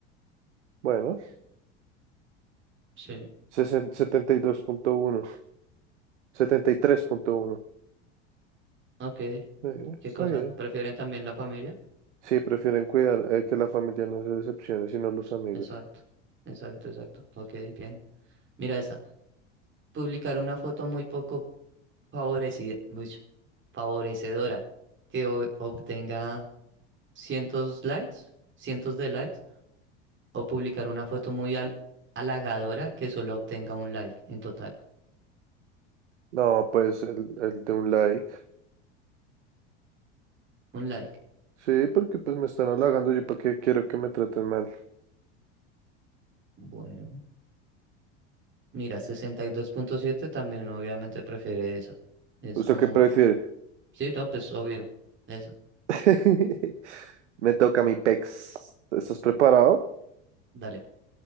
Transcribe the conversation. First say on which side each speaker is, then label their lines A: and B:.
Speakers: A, on the right (about 85°); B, on the right (about 35°).
A: bueno,
B: Sí.
A: sesen- 72.1, 73.1.
B: Ok.
A: Eh,
B: ¿Qué
A: está
B: cosa?
A: bien.
B: ¿Prefieren también la familia?
A: Sí, prefieren cuidar eh, que la familia no se decepcione, sino los amigos.
B: Exacto, exacto, exacto. Ok, bien. Mira esta. Publicar una foto muy poco favorecida, favorecedora que o- obtenga cientos likes, cientos de likes, o publicar una foto muy al- halagadora que solo obtenga un like en total.
A: No, pues el, el de un like.
B: Un like.
A: Sí, porque pues me están halagando, yo para qué quiero que me traten mal.
B: Bueno, mira, sesenta y dos punto siete también obviamente prefiere esa. Es
A: ¿Usted
B: como,
A: qué prefiere?
B: sí, no, pues obvio. Esa.
A: <laughs> Me toca mi pex. ¿Estás preparado?
B: Dale.